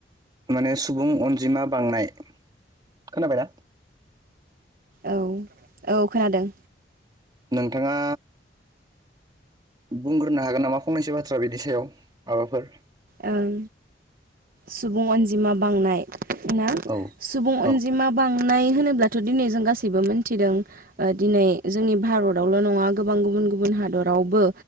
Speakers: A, on the right; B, on the right.
A: माने सुबुं अनजिमा बांनाय खोनाबाय ना?
B: औ औ खोनादों।
A: नोंथाङा। बुंग्रोनो हागोन नामा फंनैसो बाथ्रा बिनि सायाव माबाफोर?
B: ओं सुबुं अनजिमा बांनाय ना
A: औ
B: सुबुं
A: औ
B: अनजिमा बां नाय होनोब्लाथ' दिनै जों गासैबो मोनथिदों ओ दिनै जोंनि भारतावल' नङा गोबां गुबु गुबुन हादरावबो